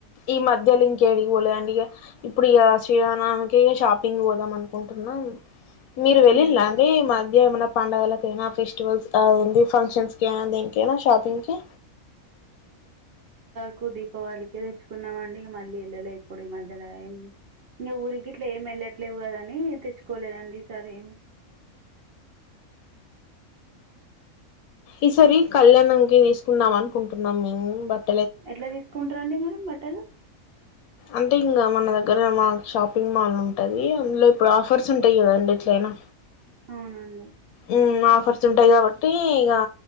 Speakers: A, on the left; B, on the right.
A: ఈ మధ్యల ఇంకేడి పోలేండిక ఇప్పుడు ఇక శ్రీరామా నవమికి షాపింగ్ పోదాం అనుకుంటున్నా మీరు వెళ్ళిలా
B: ఊహు
A: అండి ఈ మధ్యమేన పండుగల నా ఫెస్టివల్స్ ఆ డి ఫంక్షన్స్కి దేనిక షాపింగ్ కి
B: కు దీపావళికిె తెచ్చుకున్నామండి ఇ మళ్ళీ వెళ్ళలే ఇప్పుడు ఈ మధ్యలో ఇంక ఊరి ఇట్లా ఏమి వెళ్ళట్లేవు కదాని తెచ్చుకోలేదండి ఈసారి ఏమి
A: ఈసరి కళ్యాణం కి తీసుకుందాంని కుంటున్నాం మేము బట్
B: ఎట్లా తీస్కుంటారండి మీరు మటన్?
A: అంటే ఇంగ మన దగ్గర మా షాపింగ్ మాల్ ఉంటది అందులో ఇప్పుడు ఆఫర్స్ ఉంటాయ్ గదండి ఏట్లయ్నా
B: అవునాండి
A: ఉమ్ ఆఫర్స్ ఉంటాయ్ గాబట్టి ఇగా